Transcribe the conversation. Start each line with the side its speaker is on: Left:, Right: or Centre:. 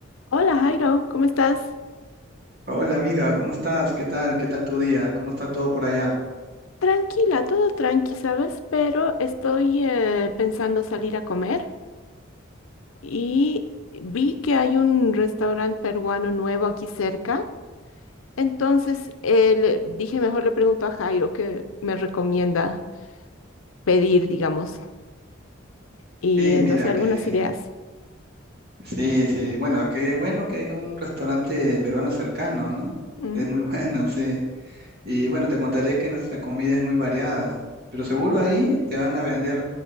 Left: Hola Jairo, ¿cómo estás?
Right: Hola amiga, ¿cómo estás? ¿Qué tal? ¿Qué tal tu día? ¿Cómo está todo por allá?
Left: Tranquila, todo tranqui, ¿sabes? Pero estoy eh, pensando salir a comer y vi que hay un restaurante peruano nuevo aquí cerca. Entonces eh, le dije, mejor le pregunto a Jairo qué me recomienda pedir, digamos, y
Right: Sí,
Left: eh,
Right: mira
Left: no sé, algunas
Right: que
Left: ideas.
Right: sí, sí. Bueno, qué bueno que hay un restaurante peruano cercano, ¿no?
Left: Mm,
Right: Es muy <laughs> bueno, sí. Y bueno, te contaré que nuestra comida es muy variada, pero seguro ahí te van a vender